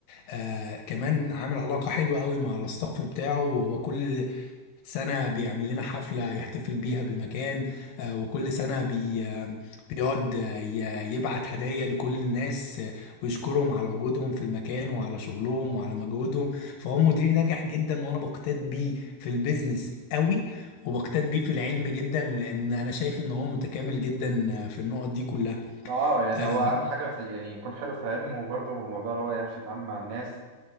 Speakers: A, on the left; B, on the right.
A: آه كمان عامل علاقة حلوة قوي مع الاستاف بتاعه وهو كل سنة بيعمل لنا حفلة يحتفل بيها بالمكان آه وكل سنة بي آه بيقعد آه ي- يبعت هدايا لكل الناس آه ويشكرهم على وجودهم في المكان وعلى شغلهم وعلى مجهودهم فهو مدير ناجح جدا وانا بقتاد بيه في البيزنس قوي وبقتاد بيه في العلم جدا لان انا شايف ان هو متكامل جدا آه، في النقط دي كلها
B: ما اه يعني
A: آه
B: هو اهم حاجه في يعني يكون حلو في علمه وبرضه موضوع اللي هو يعرف يتعامل مع الناس